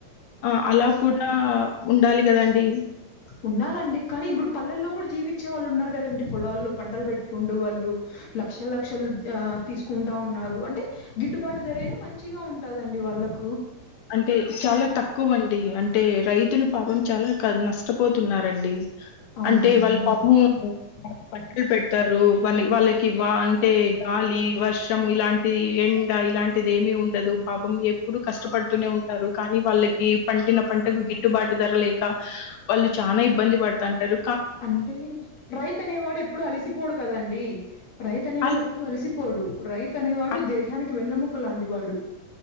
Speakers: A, on the left (about 80°); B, on the left (about 60°).
A: ఆ అలా కూడా ఉండాలి కదండి
B: ఉండాలండి కానీ ఇప్పుడు పల్లెల్లో కూడా జీవించే వాళ్ళు ఉన్నారు కదండి పొలాల్లో పంటలు పెట్టుకుంటూ వాళ్ళు లక్ష లక్షలు ఆ తీసుకుంటా ఉన్నారు అంటే గిట్టుబాటు ధర అయినా మంచిగా ఉంటదండి వాళ్లకు
A: అంటే చాలా తక్కువ అండి అంటే రైతులు పాపం చాలా క నష్టపోతున్నారండి
B: అవునా
A: అంటే
B: అండి.
A: వాళ్ళ పాపం పంటలు పెడుతూ తారు వా వాళ్ళకి వా అంటే గాలి వర్షం ఇలాంటి ఎండ ఇలాంటిది ఏమి ఏముండదు పాపం ఎప్పుడు కష్టపడుతూ ఉంటూనే ఉంటారు కానీ వాళ్ళకి పడిన పంటకు గిట్టుబాటు ధర లేక వాళ్ళు చాలా ఇబ్బంది ప పడతా అంటారు
B: అంటే రైతు అనేవాడు ఎప్పుడు అలసిపోడు కదండి రైతు అనేవాడు
A: అల్
B: ఎప్పుడు అలసిపోడు రైతు అనేవాడు
A: అన్
B: దేశానికి వెన్నుముక్క లాంటి వాడు